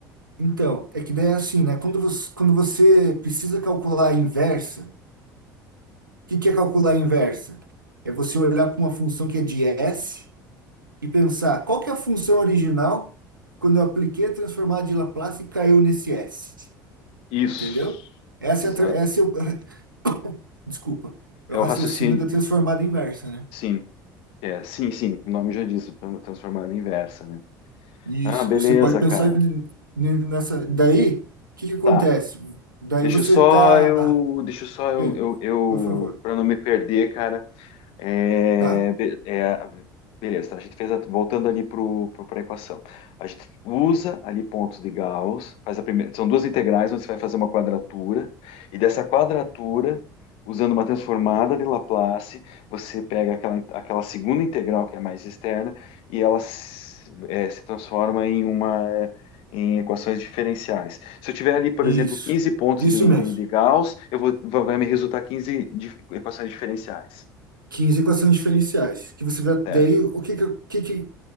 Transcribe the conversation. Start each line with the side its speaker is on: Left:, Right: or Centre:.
Right: Então, é que daí é assim, né? Quando você, quando você precisa calcular a inversa, o que que é calcular a inversa? É você olhar para uma função que é de S e pensar qual que é a função original quando eu apliquei a transformada de Laplace e caiu nesse S.
Left: Isso,
Right: Entendeu? Essa
Left: exato.
Right: é, a tra- essa é o, <laughs> desculpa, é
Left: É
Right: o raciocínio
Left: o raciocínio,
Right: da transformada inversa, né?
Left: sim, é, sim, sim, o nome já diz, transformada inversa, né?
Right: Isso.
Left: Ah, beleza,
Right: E você pode pensar
Left: cara.
Right: n- n- nessa. Daí, o que que acontece?
Left: Tá.
Right: Daí
Left: Deixa
Right: você
Left: eu só
Right: tá.
Left: eu, deixa eu só eu,
Right: Pê,
Left: eu, eu
Right: Por favor.
Left: para não me perder, cara, é,
Right: Tá.
Left: be- é, beleza, tá? A gente fez a- voltando ali para a equação. A gente usa ali pontos de Gauss, faz a primeira, são duas integrais onde você vai fazer uma quadratura, e dessa quadratura, usando uma transformada de Laplace, você pega aquela, aquela segunda integral que é mais externa e ela se, é, se transforma em uma em equações diferenciais. Se eu tiver ali, por exemplo,
Right: Isso.
Left: quinze pontos
Right: Isso
Left: de,
Right: mesmo.
Left: de, de Gauss, eu vou, vai vai me resultar 15 dif- equações diferenciais.
Right: 15 equações diferenciais. Que você vai.
Left: certo?
Right: Daí, o que que, o que, que